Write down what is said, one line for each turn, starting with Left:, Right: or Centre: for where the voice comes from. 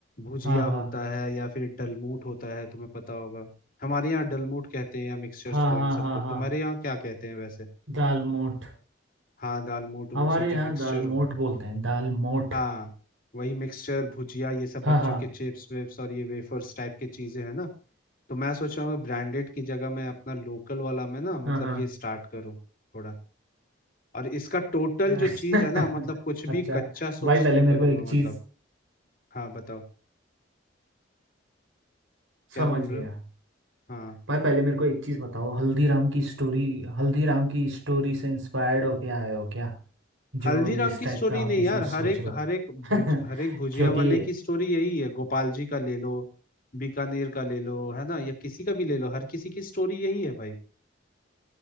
Left: भुजिया
Right: हाँ हाँ हाँ
Left: होता है या फिर डलमूट होता है तुम्हें पता होगा हमारे यहाँ डलमूट कहते हैं या मिक्सचर्स
Right: हाँ
Left: को
Right: हाँ
Left: इन सबको
Right: हाँ
Left: तुम्हारे
Right: हाँ
Left: यहाँ क्या कहते हैं वैसे
Right: दाल मोठ
Left: हाँ दालमूट वो
Right: हमारे
Left: सब
Right: यहाँ
Left: जो मिक्सचर
Right: दाल
Left: हो
Right: मोठ बोलते हैं दाल मोठ
Left: हाँ वही मिक्सचर भुजिया ये सब बच्चों
Right: हाँ हाँ
Left: के चिप्स वेप्स और ये वेफर्स टाइप की चीजें हैं ना तो मैं सोच रहा हूँ ब्रांडेड की जगह मैं अपना लोकल वाला मैं ना मतलब
Right: हाँ हाँ
Left: ये स्टार्ट करूँ थोड़ा और इसका टोटल
Right: <laughs>
Left: जो चीज़ है ना मतलब कुछ
Right: अच्छा
Left: भी कच्चा सोर्स
Right: भाई पहले
Left: नहीं
Right: मेरे
Left: करूंगा
Right: को एक चीज
Left: मतलब हाँ बताओ क्या
Right: समझिए
Left: बोल रहे हो हाँ
Right: भाई पहले मेरे को एक चीज बताओ हल्दीराम की स्टोरी हल्दीराम की स्टोरी से इंस्पायर्ड हो क्या आए हो क्या
Left: हल्दीराम
Right: जो इस
Left: की
Right: टाइप
Left: स्टोरी
Right: का आप
Left: नहीं
Right: बिजनेस
Left: यार हर
Right: सोच
Left: एक
Right: रहे हो
Left: हर एक भुज हर एक
Right: <laughs>
Left: भुजिया
Right: क्योंकि
Left: वाले की स्टोरी यही है गोपाल जी का ले लो बीकानेर का ले लो है ना या किसी का भी ले लो हर किसी की स्टोरी यही है भाई